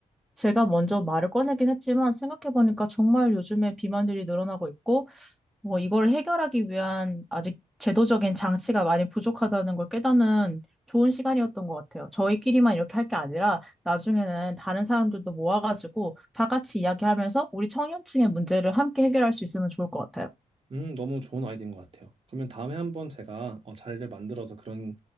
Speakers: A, in the centre; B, on the right.
A: 제가 먼저 말을 꺼내긴 했지만 생각해보니까 정말 요즘에 비만들이 늘어나고 있고 뭐 이걸 해결하기 위한 아직 제도적인 장치가 많이 부족하다는 걸 깨닫는 좋은 시간이었던 것 같아요. 저희끼리만 이렇게 할 게 아니라 나중에는 다른 사람들도 모아가지고 다 같이 이야기하면서 우리 청년층의 문제를 함께 해결할 수 있으면 좋을 것 같아요.
B: 음, 너무 좋은 아이디어인 것 같아요. 그러면 다음에 한번 제가 어, 자리를 만들어서 그런